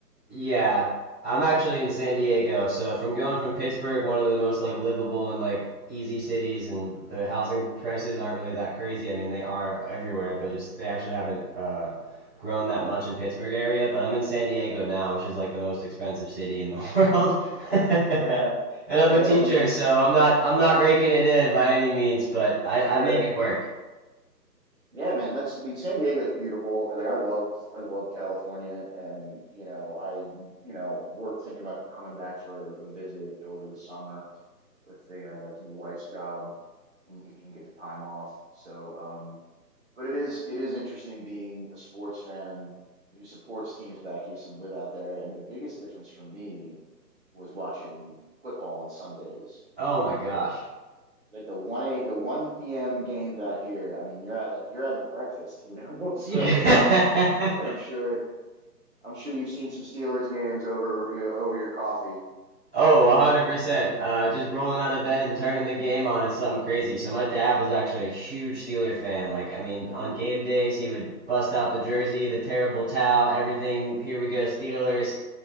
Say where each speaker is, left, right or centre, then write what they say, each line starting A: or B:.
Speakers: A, in the centre; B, on the right.
A: Yeah,
B: yeah,
A: I'm actually in San Diego, so from going from Pittsburgh, one of the most like livable and like easy cities, and the housing prices aren't really that crazy. I mean, they are everywhere, but just they actually haven't uh, grown that much in Pittsburgh area. But I'm in San Diego now, which is like the most expensive city in the <laughs> world. <laughs>
B: yeah,
A: And I'm
B: yeah.
A: a teacher,
B: I mean, it's
A: so I'm not I'm not raking it in by any means, but I, I
B: sure,
A: make it work.
B: yeah, man. That's I mean, San Diego's beautiful. Like I love I love California, and you know, I you know, we're thinking about coming back for a visit over the summer with the uh, you know, wife's job, and you can get the time off. So, um, but it is it is interesting being a sports fan who supports teams back east and live out there. And the biggest difference for me was watching football on Sundays,
A: Oh my
B: like
A: gosh.
B: those. Like the one eight, the one p.m. games out here. I mean, you're having you're having breakfast, you know. <laughs> So
A: <laughs> Yeah.
B: I'm sure I'm sure you've seen some Steelers games over your over your coffee.
A: Oh, 100%. Uh, just rolling out of bed and turning the game on is something crazy. So my dad was actually a huge Steeler fan. Like, I mean,
B: Mhm.
A: on game
B: It's
A: days, he would bust out the jersey, the terrible towel, everything. Here we go, Steelers.